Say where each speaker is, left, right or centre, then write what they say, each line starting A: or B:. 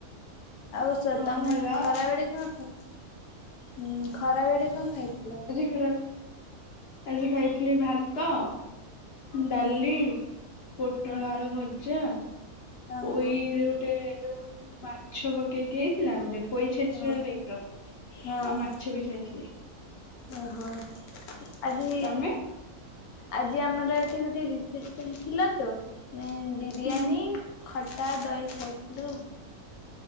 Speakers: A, on the left (about 85°); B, on the left (about 55°).
A: ଆଉ
B: ହଁ
A: ତମେ
B: ଭଲ ଆଉ
A: ଖରା ବଳେ କଣ ଖାଇଛ? ହୁଁ ଖରା ବେଳେକଣ ଖାଇଥିଲ?
B: ଖରା ଆଜି ଖାଇଥିଲି ଭାତ।
A: ହଁ
B: ଡାଲି ପୋଟଳ
A: ହଁ
B: ଆଳୁ ଭଜା।
A: ଓହୋ
B: ପୋଇରେ ଗୋଟେ ଯୋଉ ମାଛ ପକେଇକି ହେଇଥିଲା ଗୋଟେ ପୋଇ ଛେଚ
A: ହଁ
B: ଟାଇପ୍ ର।
A: ହଁ
B: ଆଉ ମାଛ ବି ଖାଇଥିଲି।
A: ଓହୋ ଆଜି
B: ତମେ?
A: ଆଜି ଆମର ଏଠି ଗୋଟେ ରିସେପସନ ଥିଲା ତ। ନେ ବିରିୟାନୀ
B: ହୁଁ ହୁଁ
A: ଖଟା ଦହି ଖାଇଥିଲୁ।